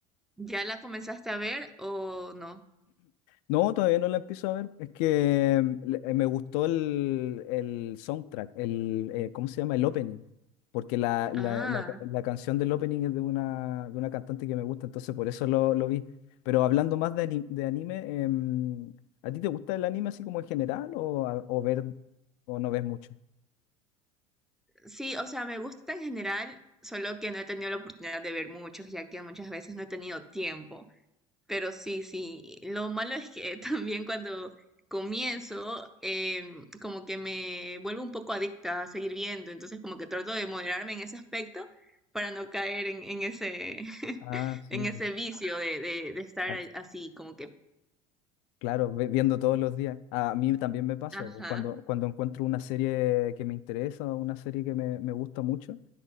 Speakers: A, in the centre; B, on the left.
A: ya la comenzaste a ver o no?
B: No, todavía no la empiezo a ver. Es que mm, le- eh, me gustó el, el soundtrack, el, eh, ¿cómo se llama? El opening. Porque la, la,
A: Ah,
B: la ca- la canción del opening es de una, de una cantante que me gusta, entonces por eso lo, lo vi. Pero hablando más de, ani- de anime, em, ¿a ti te gusta el anime así como en general o, a- o ver o no ves mucho?
A: sí, o sea, me gusta en general, solo que no he tenido la oportunidad de ver muchos, ya que muchas veces no he tenido tiempo. Pero sí, sí, lo malo es que <laughs> también cuando comienzo, em, como que me vuelvo un poco adicta a seguir viendo, entonces como que trato de moderarme en ese aspecto para no caer en, en ese,
B: Ah,
A: en
B: sí. pues.
A: ese vicio de, de, de estar
B: Ah,
A: a- así, como que,
B: claro, ve- viendo todos los días. A mí también me pasa,
A: ajá,
B: pues, cuando, cuando encuentro una serie que me interesa, una serie que me, me gusta mucho.